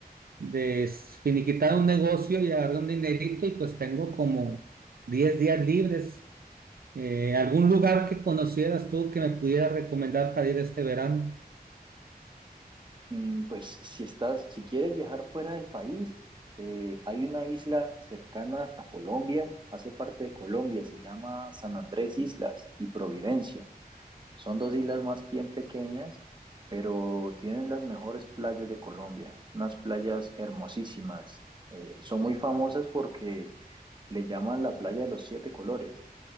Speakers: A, on the right (about 65°); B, on the right (about 30°).
A: de finiquitar un negocio y agarré un dinerito y pues tengo como 10 días libres. Eh, ¿algún lugar que conocieras tú que me pudiera recomendar para ir este verano?
B: Mm, Pues si estás, si quieres viajar fuera del país, eh, hay una isla cercana a Colombia, hace parte de Colombia, se llama San Andrés Islas y Providencia. Son dos islas más bien pequeñas, pero tienen las mejores playas de Colombia, unas playas hermosísimas. Eh, son muy famosas porque le llaman la playa de los siete colores,